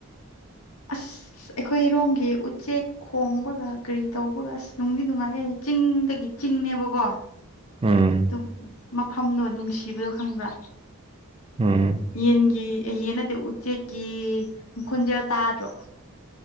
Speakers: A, on the right; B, on the left.
A: ꯎꯝ
B: ꯑꯁ ꯑꯩꯈꯣꯏ ꯔꯣꯝꯒꯤ ꯎꯆꯦꯛ ꯈꯣꯡꯕꯒ ꯀꯔꯤ ꯇꯧꯕꯒ ꯑꯁ ꯅꯨꯡꯗꯤ ꯅꯨꯡꯉꯥꯏꯌꯦ ꯆꯤꯡꯗꯒꯤ ꯆꯤꯡꯅꯦꯕꯀꯣ
A: ꯎꯝ
B: ꯗꯨꯝ ꯃꯐꯝꯗꯣ ꯅꯨꯡꯁꯤꯕꯗꯣ ꯈꯪꯕ꯭ꯔꯥ
A: ꯎꯝ
B: ꯌꯦꯟꯒꯤ ꯌꯦꯟ ꯅꯠꯇꯦ ꯎꯆꯦꯛꯀꯤ ꯈꯣꯟꯖꯦꯜ ꯇꯥꯗ꯭ꯔꯣ